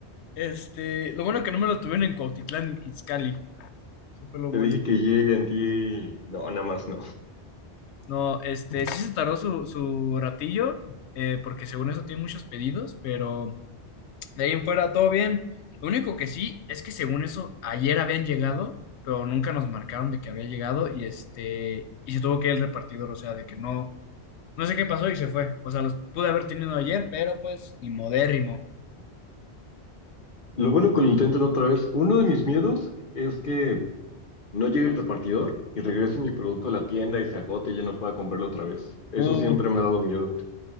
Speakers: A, on the left (about 80°); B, on the left (about 50°).
A: este, lo bueno que no me lo tuvieron en Cuautitlán, Izcalli. Eso fue lo
B: Te
A: bueno.
B: dije que ti No, nada más no.
A: No, este, sí se tardó su, su ratillo, eh, porque según eso tiene muchos pedidos, pero de ahí en fuera todo bien. Lo único que sí es que según eso ayer habían llegado, pero nunca nos marcaron de que había llegado y este, y se tuvo que ir el repartidor, o sea, de que no, no sé qué pasó y se fue. O sea, los pude haber tenido ayer, pero pues, y modérrimo.
B: Lo bueno que lo intenten otra vez. Uno de mis miedos es que no llegue el repartidor y regrese mi producto a la tienda y se agote y ya no pueda comprarlo otra vez. Eso
A: Uh.
B: siempre me ha dado miedo.